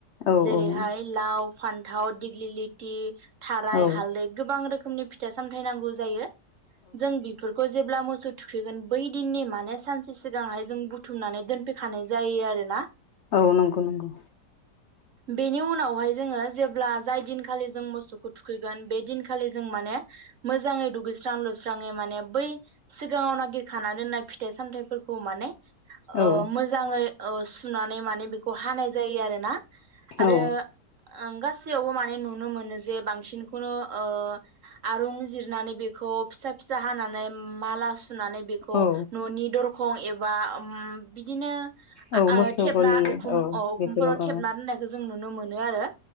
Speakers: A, on the left (about 65°); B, on the right (about 55°).
A: औ
B: जेरैहाय लाव फान्थाव दिग्लि लि ति थाराय
A: औ
B: हालदै गोबां रोखो रोखोमनि फिथा सामथायाइ नांगौ जायो जों बिफोरखौ जेब्ला मोस सौ थुखैगोन बै दिननि माने सानसे सिगांहाय जों बुथुमनानै दोनफैखानाय जायो आरोना
A: औ नंगौ नंगौ।
B: बेनि उनावहाय जोङो जेब्ला जाय दिन। खालि जों मोसौखौ थुखैगोन बे दिनखालि जों माने मोजाङै दुगैस्रां लुस्राङै माने बै सिगाङाव नागिरखाना दोननाय फिथाइ सामथाइफोरखौ माने।
A: औ
B: मोजाङै सुनानै माने बेखौ हानाय जायो आरोना आरो
A: औ
B: ओं गास सैआवबो माने नु नो मोनो जे बांसिनखौनो ओ आरुं जिरनानै बेखौ फिसा फिसा हानानै माला सुनानै बेखौ
A: औ
B: न'नि दरख खं एबा उम बिदिनो
A: औ
B: आ-आ
A: मोसौ
B: थेबना
A: गलि
B: उखुम
A: औ
B: अ उखुमफोराव
A: बेफोराव औ
B: थेबना दोननायखौ जों नु नुनो मोनो आरो।